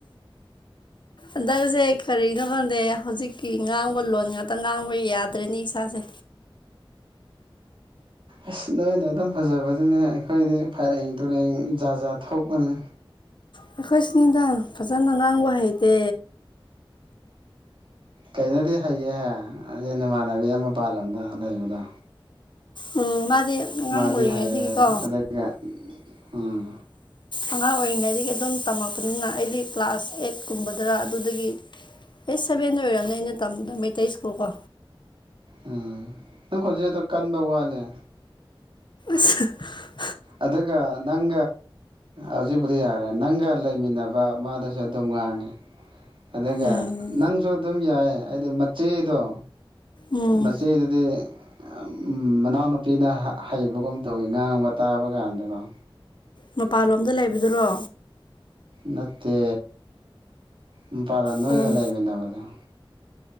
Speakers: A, on the left; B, on the right.
A: ꯑꯗ ꯑꯗꯨ ꯀꯔꯤꯅꯣ ꯈꯪꯗꯦ ꯍꯧꯖꯤꯛꯀꯤ ꯉꯥꯡꯕ ꯂꯣꯟ ꯉꯥꯛꯇ ꯉꯥꯡꯕ ꯌꯥꯗ꯭ꯔꯦꯅꯤ ꯏꯁꯥꯁꯦ
B: ꯑꯁ ꯅꯣꯏꯅ ꯑꯗꯨꯝ ꯐꯖꯕꯗꯨꯅꯦ ꯑꯩꯈꯣꯏꯗꯤ ꯐꯥꯏꯔꯦꯡ ꯇꯨꯔꯦꯡ ꯖꯥꯠ ꯖꯥꯠ ꯊꯣꯛꯄꯅꯦ
A: ꯑꯩꯈꯣꯏ ꯁꯤꯅꯤꯗ ꯐꯖꯅ ꯉꯥꯡꯕ ꯍꯩꯇꯦ
B: ꯀꯩꯅꯣꯗꯤ ꯍꯩꯌꯦꯍꯦ ꯑꯩ ꯅꯃꯥꯟꯅꯕꯤ ꯑꯃ ꯄꯥꯜꯂꯝꯗꯣ ꯂꯩꯕꯗꯣ
A: ꯎꯝ <unintelligible> <inaudible>
B: ꯃꯥꯗꯤ
A: ꯑꯣꯏꯔꯤꯉꯩꯗꯒꯤꯀꯣ
B: ꯍꯥꯏꯌꯦꯑ ꯑꯗꯨꯒ ꯎꯝ
A: ꯑꯉꯥꯡ ꯑꯣꯏꯔꯤꯉꯩꯗꯒꯤ ꯑꯗꯨꯝ ꯇꯝꯃꯛꯄꯅꯤꯅ ꯑꯩꯗꯤ ꯀ꯭ꯂꯥꯁ ꯑꯦꯠꯀꯨꯝꯕꯗꯔ ꯑꯗꯨꯗꯒꯤ ꯑꯩꯠ ꯁꯚꯦꯟꯗ ꯑꯣꯏꯔꯕꯅꯦ ꯑꯩꯅ ꯇꯝꯕꯗ ꯃꯩꯇꯩ ꯁ꯭ꯀꯨꯜ ꯀꯣ
B: ꯎꯝ ꯅꯪ ꯈꯣꯟꯖꯦꯗꯣ ꯀꯟꯕ ꯋꯥꯠꯂꯦ
A: ꯁ <unintelligible> <inaudible>
B: ꯑꯗꯨꯒ ꯅꯪ ꯍꯧꯖꯤꯛꯄꯨꯗꯤ ꯌꯥꯔꯦ ꯅꯪꯒ ꯂꯩꯃꯤꯟꯅꯕ ꯃꯥꯗꯨꯁꯨ ꯑꯗꯨꯝ ꯉꯥꯡꯉꯦ ꯑꯗꯨꯒ
A: ꯎꯝ
B: ꯅꯪꯁꯨ ꯑꯗꯨꯝ ꯌꯥꯏ ꯍꯥꯏꯗꯤ ꯃꯆꯦꯗꯣ
A: ꯎꯝ
B: ꯃꯆ‌ꯦꯗꯗꯤ ꯑ ꯎꯝ ꯃꯅꯥꯎꯅꯨꯄꯤꯅ ꯍꯩꯕꯒꯨꯝ ꯇꯧꯋꯤ ꯉꯥꯡꯕ ꯇꯥꯕ ꯀꯥꯟꯗꯀꯣ
A: ꯃꯄꯥꯟꯂꯣꯝꯗ ꯂꯩꯕꯗꯨꯔꯣ
B: ꯅꯠꯇꯦ ꯎꯝ ꯄꯂꯥ ꯅꯣꯏꯒ
A: ꯃꯔꯝ
B: ꯂꯩꯃꯤꯟꯅꯕꯗ‌ꯣ